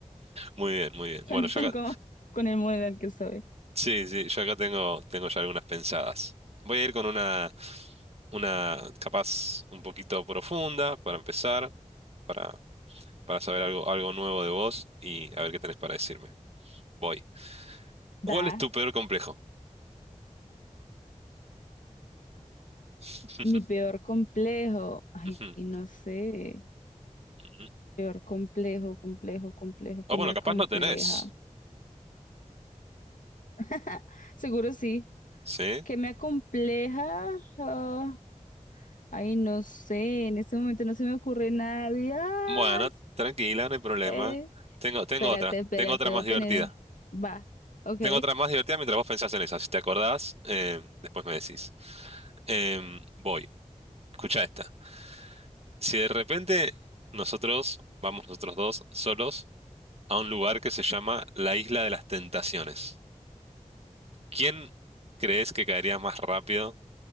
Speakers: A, on the right (about 50°); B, on the left (about 85°).
A: Muy bien, muy bien.
B: <laughs>
A: Bueno, ya
B: con,
A: acá,
B: con, con el modo en el que estoy.
A: sí, sí, yo acá tengo, tengo ya algunas pensadas. Voy a ir con una, una capaz un poquito profunda para empezar. para, para saber algo, algo nuevo de vos y a ver qué tenés para decirme. Voy. ¿Cuál
B: Da,
A: es tu peor complejo? <laughs>
B: mi peor complejo, ay,
A: Ujú,
B: no sé,
A: ujú.
B: peor complejo, complejo, complejo, que
A: O bueno,
B: me acompleja.
A: capaz no tenés.
B: <laughs> Seguro sí,
A: ¿Sí?
B: que me acompleja. ah, ay, no sé, en este momento no se me ocurre nada. Dios.
A: Bueno, tranquila, no hay problema.
B: Eh,
A: Tengo, tengo
B: espérate,
A: otra,
B: espérate,
A: tengo otra más
B: voy a
A: divertida.
B: tener, va, ok.
A: Tengo otra más divertida mientras vos pensás en esa. Si te acordás, eh, después me decís. Em, voy. Escucha esta. Si de repente nosotros, vamos nosotros dos, solos, a un lugar que se llama la Isla de las Tentaciones. ¿Quién crees que caería más rápido